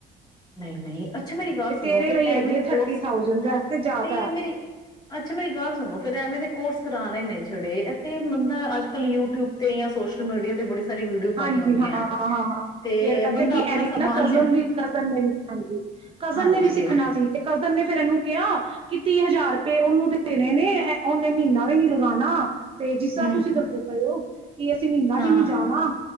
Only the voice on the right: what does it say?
ਵੀ
ਤੇਰੇ
ਲਈ
ਹੈਗੀ
ਏ
ਥਰਟੀ ਥਾਊਜੈਂਡ ਵੈਸੇ ਜ਼ਿਆਦਾ
ਹਾਂਜੀ,
ਹਾਂ,
ਹਾਂ, ਹਾਂ
ਫੇਰ ਪਤਾ
ਕੀ
ਇਹਦੀ
ਨਾ ਕਜ਼ਨ
ਵੀ ਕਜ਼ਨ ਨੇ ਹਾਂਜੀ, ਕਜ਼ਨ
ਨੇ ਵੀ ਸਿੱਖਣਾ ਸੀ ਤੇ ਕਜ਼ਨ ਨੇ ਫੇਰ ਇਹਨੂੰ ਕਿਹਾ ਕਿ ਤੀਹ ਹਜ਼ਾਰ ਰੁਪਏ ਉਹਨੂੰ ਦੇਣੇ ਨੇ। ਉਨੇ ਮਹੀਨਾ ਵੀ ਨੀ ਲਗਾਉਣਾ। ਤੇ ਜਿਸ ਤਰਾਂ
ਤੁਸੀਂ ਦੱਸਦੇ ਪਏ ਹੋ। ਕੀ ਅਸੀਂ ਮਹੀਨਾ
ਵੀ ਨਹੀ ਜਾਣਾ